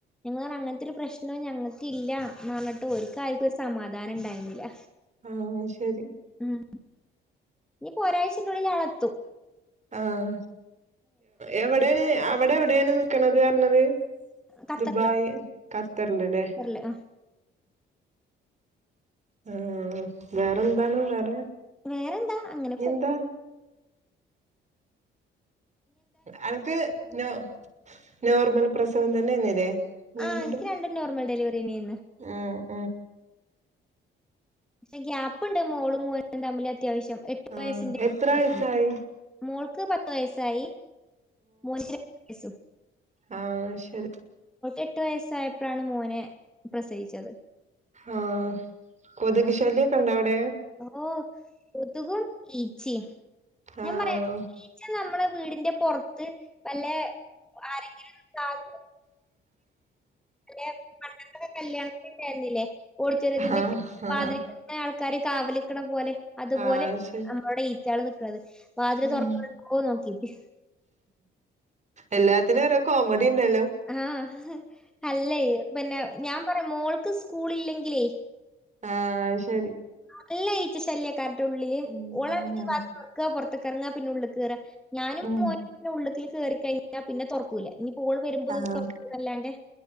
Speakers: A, in the centre; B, on the right (about 35°).
A: ഞങ്ങ പറഞ്ഞ അങ്ങനത്തെൊ ഒരു പ്രശ്നവും ഞങ്ങ അതൊക്കെ ഇല്ലന്ന് പറഞ്ഞിട്ട് ഒ കാര്ക്ക ഒരു സമാധാനം ഉണ്ടായിരുന്നില്ല
B: ആഹ ശരി
A: ഉം ഇനിപ്പോൊ ഒരാഴ്ച്ച ഉള്ളിൽ ഇയാള എത്തും
B: ആഹ എവിടൊണ് അവിടെ എവിടെയാണ് നിക്കണത് പറഞ്ഞത്
A: ഖത്തറില്
B: ദുബായ് ഖത്തറിലല്ലേ
A: ഖത്തറില്. ആഹ്.
B: ആ വേറെ എന്താണ് വേറെ
A: വേറെന്താ അങ്ങനെ
B: ഇനിയെന്താ
A: പോ
B: അനക്ക് നോ നോർമൽ പ്രസവം തന്നെ ര്ന്നല്ലേ ഗണ്ടു
A: ആഹ് എനിക്ക് രണ്ടും നോർമൽ ഡെലിവറി തന്നെയായിരുന്നു.
B: ആഹ
A: പക്ഷെ ഗ്യാപ്പ്ുണ്ട് മോളും മോും തമ്മില അത്യാവശ്യം എട്ട്
B: ആഹ്
A: വയസ്സിന്റെ്യസ
B: എത്ര വയസായി
A: മോൾക്ക് പത്ത് വയസ്സായി മസ്രി കേസു
B: ആഹ ശരി
A: എട്ട് വയസ്സായപ്പോഴാണ് മോനെ പ്രസയിിച്ചത്
B: ആഹ കൊതക് ശല്ിൊക്കെ ഉണ്ടോ അവിടെ
A: ഓ ത്തഖ ഇച്ചി ഞാൻ
B: ആഹ്
A: പറയാം ഈച്ച നമ്മെ വീടിന്റെ പുറത്ത് വല്ല ആരെങ്കിലും സധ അല്ലെ പണ്ടത്തക്ക കല്യാണത്തിണ്ടായിരുന്നില്ലേ ഓളിച്ചരത്തിന്റെ
B: ആഹ് ആഹ്
A: മാതിക ആൾക്കാാര് കാവലിക്കണ പോലെ അതുപോലെ
B: ആഹ് ശരി
A: നമ്മളുടെ ഈറ്റ ആള് നക്കണത് വാതില്
B: ഉം
A: തുറക്ക നോക്കീട്ട്
B: എല്ലാത്തിനും ര കോമഡി ഇണ്ടല്ലോ
A: ആഹ അല്ലേ പിന്നെ ഞാൻ പറയാ മോൾക്ക് സ്കൂൾ ഇല്ലെങ്കിലേ
B: ആഹ ശരി
A: നല്ല ഈറ്റ ശല്യ കറട്ട ഉള്ളില്
B: ഉം
A: ളണെങ്കിൽ വക്ക പുറത്ത റങ്ങാ പിന്നെ ഉള്ളിൽ കേയറ ഞാനും
B: ഉം
A: മോ ഉള്ളത്തിൽ കേറ കഴിഞ്ഞാൽ പിന്നെ തുറക്കൂലേ ഇ പൂള് വരുമ്പോന്നൊക്കല്ലാണ്ടേ
B: ആഹ്